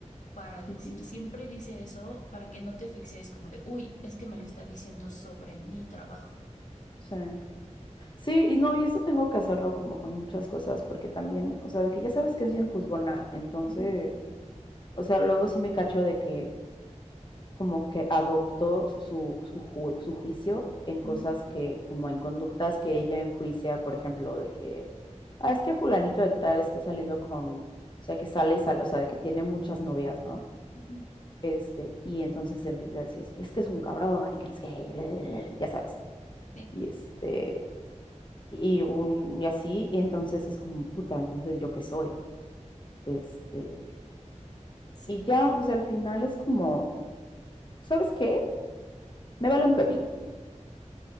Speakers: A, on the left; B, on the left.
A: para decir,
B: ujú,
A: siempre dice eso para que no te fijes como de, uy, es que me lo está diciendo sobre mi trabajo.
B: Sí. Sí, y no, y esto tengo que hacerlo como con muchas cosas, porque también, o sea, de que ya sabes que es bien juzgona, entonces,
A: Ujú,
B: o sea, luego sí me cacho de que, como que adoptó su, su, ju- su juicio en cosas
A: ujú,
B: que, como en conductas que ella enjuicia, por ejemplo, de que, ah, es que fulanito de tal está saliendo con, o sea, que sale y sale, o sea, de que tiene muchas novias, ¿no?
A: ujú.
B: Este, y entonces se empieza a decir, es que es un cabrón y que no es que, ya sabes.
A: Sí.
B: Y este, y, un, y así, y entonces es como, puta, entonces yo qué soy. Este,
A: Sí.
B: y ya, pues al final es como, ¿sabes qué? Me vale un pepino.